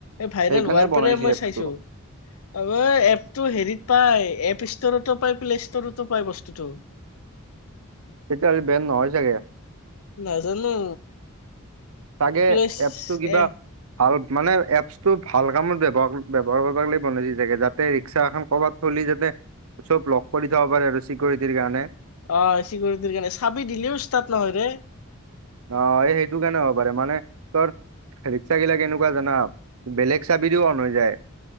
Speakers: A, on the left (about 80°); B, on the right (about 75°).
A: এই ভাইৰেল।
B: সেইকাৰণে
A: হোৱাৰ
B: বনাইছে
A: দৰে মই
B: এপছটো
A: চাইছোঁ, এপছ টো হেৰিট পায় এপছ ষ্টৰটো পাই। প্লে ষ্টৰতো পায় বস্তুটো
B: তেতিয়া হি বেন নহয় চাগে
A: নাজানো
B: চাগে
A: প্লেচ
B: এপছটো কিবা
A: এ
B: ভাল মানে এপছ টো ভাল কামত ব্যৱহাৰ কৰাক লাগি বনাচে চাগে যাতে ৰিক্সা এখন কৰবাত থ যাতে চব লগ কৰি থব পাৰে আৰু চিকৰিটিৰ কাৰণে
A: অ চিকিউৰিটিৰ কাৰণে চাবি দিলেও ষ্টাৰ্ট নহয় ৰে
B: অ এই সেইটো কাৰণে হ'ব পাৰে মানে তোৰ ৰিক্সা গিলাক এনেকুৱা জানা বেলেগ চাবি দিও অন হৈ যায়